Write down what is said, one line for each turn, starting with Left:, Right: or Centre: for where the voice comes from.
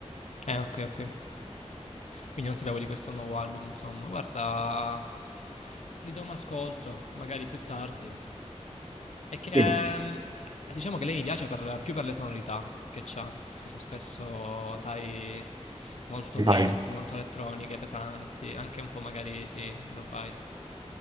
Left: Eh, ok, ok. Quindi non sapevo di questo nuovo album, insomma. Guarda, gli do un ascolto, magari più tardi. È che
Right: sì,
Left: ehm, diciamo che lei mi piace per- più per le sonorità che c'ha, che sono spesso, sai, molto
Right: mi
Left: dense,
Right: fai.
Left: molto elettroniche, pesanti, anche un po' magari sì, lo fai.